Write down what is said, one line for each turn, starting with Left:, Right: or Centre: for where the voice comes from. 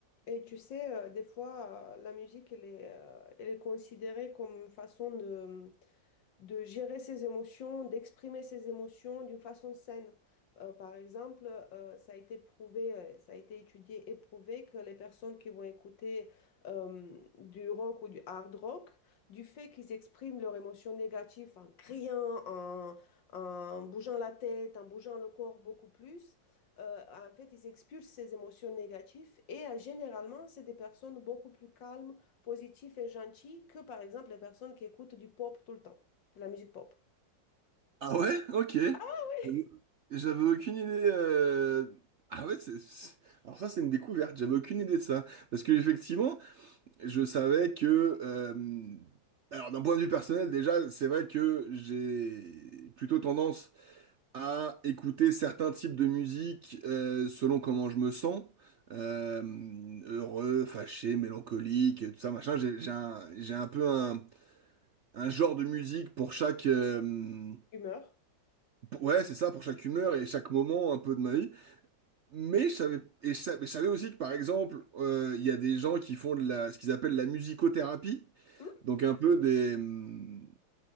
Left: Et tu sais, euh, des fois, euh, la musique, elle est, euh, elle est considérée comme une façon de, de gérer ses émotions, d'exprimer ses émotions d'une façon saine. Euh, par exemple, euh, ça a été prouvé, euh, ça a été étudié et prouvé que les personnes qui vont écouter euh, du rock ou du hard rock, du fait qu'ils expriment leurs émotions négatives en criant, en, en bougeant la tête, en bougeant le corps beaucoup plus, euh, en fait, ils expulsent ces émotions négatives et euh, généralement, c'est des personnes beaucoup plus calmes, positives et gentilles que, par exemple, les personnes qui écoutent du pop tout le temps de La musique pop.
Right: Ah ouais? Ok.
Left: Ah oui.
Right: J'avais j'avais aucune idée. euh, Ah ouais, c'est... c'est- Alors ça, c'est une découverte. J'avais aucune idée de ça. Parce que effectivement, je savais que... euh, Alors d'un point de vue personnel, déjà, c'est vrai que j'ai plutôt tendance à écouter certains types de musique euh, selon comment je me sens. Euh, heureux, fâché, mélancolique, tout ça, machin. J'ai j'ai un, j'ai un peu un, un genre de musique pour chaque... euh,
Left: Humeur.
Right: Ouais, c'est ça, pour chaque humeur et chaque moment un peu de ma vie. Mais je savais, et je sa- je savais aussi que, par exemple, euh, il y a des gens qui font de la, ce qu'ils appellent la musicothérapie,
Left: Hmm,
Right: donc un peu des, hum,